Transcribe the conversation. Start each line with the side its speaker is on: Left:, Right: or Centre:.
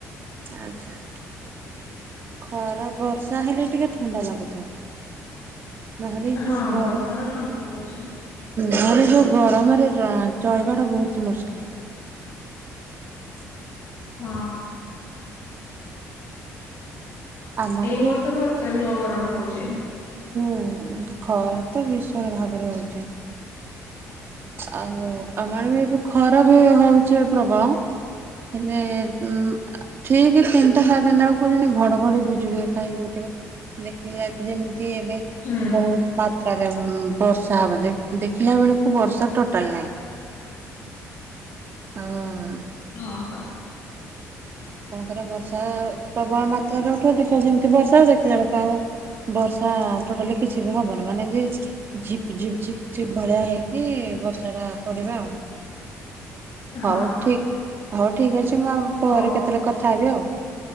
Right: ଆଚ୍ଛା। ଖରା ବର୍ଷା ହେଲେ ଟିକେ ଥଣ୍ଡା ଲାଗୁଥବ। ନହେଲେ ଏଇ ଯୋଉ
Left: ହଁ
Right: ଗରମ,
Left: ବର୍ଷା ହେଲା ଥଣ୍ଡା ଲାଗୁଛି
Right: ନହେଲେ ଯୋଉ ଗରମରେ ଅଁ ଚଳିବାଟା ବହୁତ ମୁସ୍କିଲ। <inaudible>
Left: ହଁ।
Right: ଆମ ଆଡେ
Left: ଏଇ ବର୍ଷ ବି ଅତ୍ୟଧିକ ଗରମ ହଉଚି।
Right: ହୁଁ, ଖରା ତ ଭୀଷଣ ଭାବରେ ହଉଛି। ଆଉ ଆମ ଆଡେ ବି ଏବେ ଖରା ବି ହଉଛି ପ୍ରବଳ ହେଲେ ଉମ୍ ଠିକ୍ ତିନିଟା ସାଢେ ତିନିଟା ବେଳକୁ ଯେମିତି ଘଡଘଡି ବିଜୁଳି ହେକା ହେଇ ଘୋଟିବ। ଦେଖିଲି ଆଜି ଯେମିତି ମିତି ଏବେ
Left: ହୁଁ
Right: ବହୁତ ମାତ୍ରାରେ ଉଁ ବର୍ଷା ହବ ଦେଖି ଦେଖିଲା ବେଳକୁ ବର୍ଷା ଟୋଟାଲ ନାହିଁ। ଅ ହ।
Left: ହଁ ପା।
Right: ଆଉ ଆପଣଙ୍କର ବର୍ଷା ପ୍ରବଳ ମାତ୍ରାରେ ଉଠେଇବ, ଦେଖିବ ଯେମିତି ବର୍ଷା ହବ ଦେଖିଲା ବେଳକୁ ଆଉ ବର୍ଷା ଟୋଟାଲି କିଛି ବି ହବନି, ମାନେ ଯେମିତି ଝିିପିଝିପି ଝିପିଝିପି ଭଳିଆ ହେଇକି ବର୍ଷାଟା ପଡିବା ଆଉ।
Left: ହଁ
Right: ହଉ ଠିକ ହଉ ଠିକ ଅଛି। ମୁଁ ଆଉ ପରେ
Left: ହଉ
Right: କେତେବେଳେ କଥା ହେବି ଆଉ